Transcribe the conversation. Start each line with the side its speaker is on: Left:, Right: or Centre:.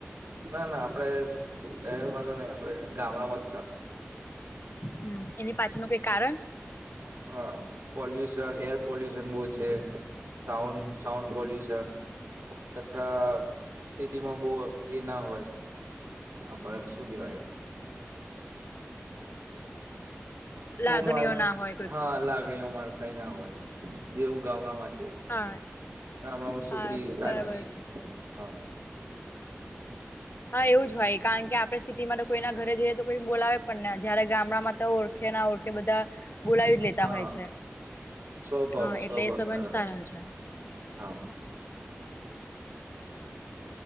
Right: ના ના આપડણે શહેરમાં નહી આપડે ગામડામાં જ સારું.
Left: હમ એની પાછળ નો કઈ કારણ.
Right: હા પોલ્યુશન એર પોલ્યુશન બહુ છે. સાઉન્ સાઉન્ડ પોલ્યુશન. તથા સિટીમાં બહુ એ ના હોય પણ શું કેવાય.
Left: લાગણીઓ
Right: ઓ માણસ
Left: ના હોય કોઈકની
Right: હા
Left: જોડે
Right: લાગણી ઓ માણસ. તે ના હોય જેવું ગામડામાં છે
Left: હા
Right: ગામડામાં સુખી
Left: હા
Right: શાંતિ.
Left: બરાબર
Right: હા
Left: હમ <unintelligible> હા એવું જ હોય કારણ કે આપણે સિટીમાં તો કોઈના ઘરે જઈએ તો કોઈ બોલાવે પણ ને જયારે ગામડામાં તો ઓળખે ના ઓળખે બધા. બોલાવી જ લેતા
Right: હા
Left: હોય છે
Right: સ્વભાવ
Left: હા
Right: સ્વભાવ
Left: એટલે એ સંબંધ
Right: સારો
Left: સારા
Right: હોય
Left: છે.
Right: હા.
Left: ચ થ છે <inaudible> બરાબર.